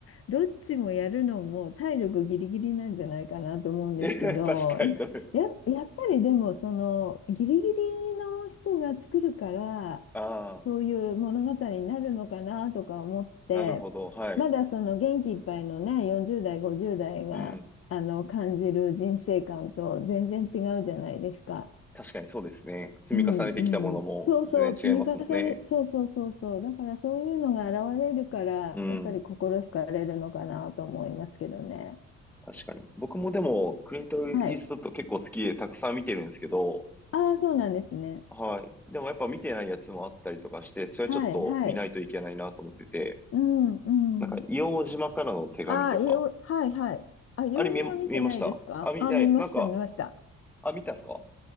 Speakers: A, on the left; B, in the centre.
A: どっちもやるのも体力ギリギリなんじゃないかなと思うんですけど、
B: <laughs> え確かに。
A: え、
B: <laughs> だ
A: や、やっぱりでも、その、ギリギリの人が作るから、
B: ああ、
A: そういう物語になるのかなとか思って、
B: なるほど。はい。
A: まだその元気いっぱいのね、40代、50代が、
B: うん。
A: あの、感じる人生観と全然違うじゃないですか。
B: 確かにそうですね。積み重ねてきたものも全然違いますもんね。
A: うんうん、そうそう、積み重ね、そうそうそうそう、だからそういうのが現れるから、
B: うん。
A: やっぱり心惹かれるのかなと思いますけどね。
B: 確かに。僕もでも、クリント・イーストウッド結構好きでたくさん見てるんですけど、
A: はい。ああ、そうなんですね。
B: はい。でもやっぱ見てないやつもあったりとかして、それはちょっと見ないといけないなと思ってて、
A: はい、はい。うん、
B: なんか、
A: うん。
B: 硫黄島からの手紙とか、
A: ああ、よ、はい、はい。あ、用事は見てないですかあ、
B: あれ見え、見えましたあ、見てないです。
A: 見ました、
B: なんか、
A: 見ました。
B: あ、見たっすか